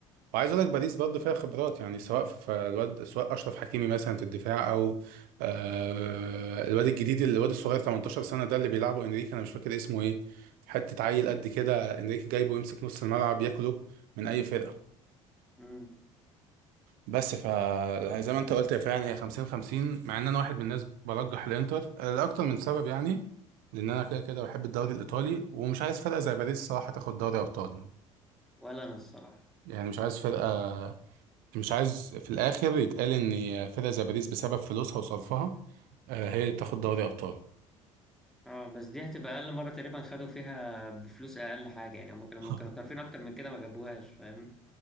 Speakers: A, on the right; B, in the centre.
A: وعايز اقول لك باريس برضه فيها خبرات يعني سواء في في الواد سواء اشرف حكيمي مثلا في الدفاع او آه الواد الجديد اللي- الواد الصغير 18 سنه ده اللي بيلعبه انريكي انا مش فاكر اسمه ايه حته عيل قد كده انريكي جايبه يمسك نص الملعب ياكله من اي فرقه
B: مم.
A: بس ف زي ما انت قلت يا فعلا هي 50 50 مع ان انا واحد من الناس برجح الانتر آه، لاكتر من سبب يعني لان انا كده كده بحب الدوري الايطالي ومش عايز فرقه زي باريس صراحه تاخد دوري ابطال يعني
B: ولا انا الصراحة
A: يعني مش عايز فرقه مش عايز في الاخر يتقال ان فرقة زي باريس بسبب فلوسها وصرفها آه، هي اللي بتاخد دوري ابطال
B: اه بس دي هتبقى اقل مرة تقريبا خدوا فيها بفلوس اقل حاجة يعني هم كانوا
A: <laughs>
B: لما كانوا صارفين اكتر من كده ما جابوهاش فاهم